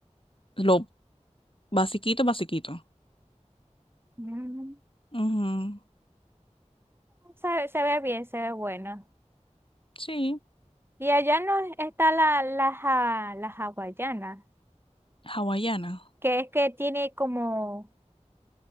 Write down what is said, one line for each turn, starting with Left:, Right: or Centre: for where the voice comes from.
Left: lo basiquito, basiquito.
Right: Mm,
Left: Ujú,
Right: Se, se ve bien, se ve bueno.
Left: Sí,
Right: Y allá no está la, la, ja- la hawaiana,
Left: hawaiana.
Right: que es que tiene como